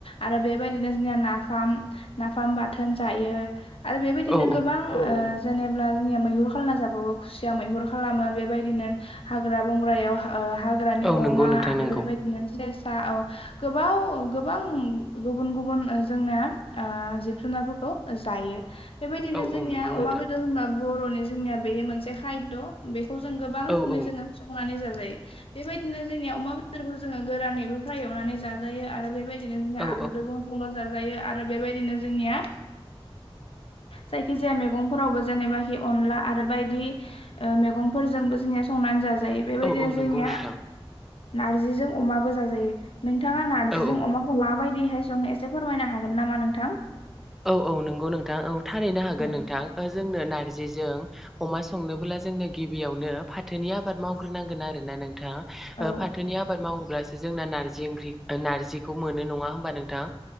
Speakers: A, on the left; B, in the centre.
A: आरो बेबायदिनो जोंनिया ना। नाफाम नाफाम बाथोन जायो आरो बेबायदिनो
B: औ
A: गोबां। जेनेबा जोंनिया मैहुर खालामना जाबावो खुसिया मैहुर खालामो बेबायदिनो हाग्रा बंग्रायाव। हाग्रानि
B: औ
A: अमा
B: नंगौ नोंथां
A: आरो
B: नंगौ
A: बेबायदिनो सेसा औ गोबां गोबां गुबुन गुबुन जोंनि जिब जुनारफोरखौ। जायो। बेबायदिनो
B: औ
A: जोंनिया
B: औ नंगौ
A: अमा
B: नोंथां
A: बेदर होनबा बर'नि जोंनिया बेयो मोनसे खायद बे बे खौ जों गोबां रोखोमै
B: औ औ
A: जोङो संनानै जाजायो। बेबायदिनो जोंनि अमा बेदरखौ जोङो गोरानैबो फ्राय एवनानै जाजायो आरो बेबायदि। बिदिनो जोंया
B: औ
A: आलुजोंबो संना जाजायो आरो बेबायदिनो जोंनिया जायखि जाया मेगंफोरावबो जेनेबाखि अनला आरो बायदि मैगं जोंबो जोंनिया संनानै जाजायो। जायो बेबायदिनो
B: औ औ
A: जोंनिया
B: नंगौ नोंथां
A: नारजिजों अमाबो जाजायो। नोंथाङा नार्जिजों
B: औ औ
A: अमाखौ माबायदिहाय संडो़एसे फोरमायनो हागोन नामा नोंथां?
B: औ औ नंगौ नोंथां औ थारैनो हागोन
A: औ
B: नोंथां जोंनो नारजिजों अमा संनोबोब्ला जोंनो गिबियावनो फाथोनि आबाद मावग्रोनांगोन आरो ना नोंथाङा
A: औ
B: ओ फाथोनि आबाद मावोब्लासो जोंना नारजि ओंख्रि नारजिखौ मोनो नङा होनोमबा नोंथां?